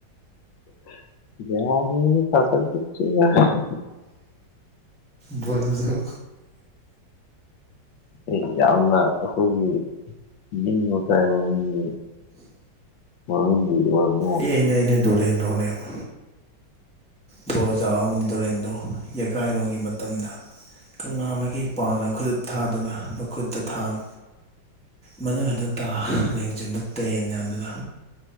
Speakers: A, on the left; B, in the centre.
A: <unintelligible> <unintelligible> <unintelligible> <unintelligible>
B: ꯄꯣꯔꯥꯖꯥꯎ
A: ꯑꯩ ꯌꯥꯝꯅ ꯑꯩꯈꯣꯏꯒꯤ ꯅꯤꯡꯕ ꯀꯥꯏꯕ ꯃꯤ <unintelligible>
B: ꯑꯦ ꯑꯩꯅ ꯑꯩꯅ ꯗꯣꯔꯦꯟꯗ꯭ꯔꯣꯅꯦꯕ ꯕꯣꯔꯣꯖꯥꯎ ꯑꯃꯗꯤ ꯗꯣꯔꯦꯟꯗ꯭ꯔꯣ ꯌꯀꯥꯏꯔꯣꯟꯒꯤ ꯃꯇꯝꯗ ꯀꯪꯂꯥ ꯃꯩꯒꯩ ꯄꯥꯡꯅ ꯈꯨꯗꯨꯞ ꯊꯥꯗꯨꯅ ꯃꯈꯨꯠꯇ ꯊꯥꯡ ꯃꯅꯥꯒꯥꯜꯗ ꯇꯥ ꯂꯦꯡꯖꯨꯝꯗ ꯇꯦꯟ ꯌꯥꯟꯗꯨꯅ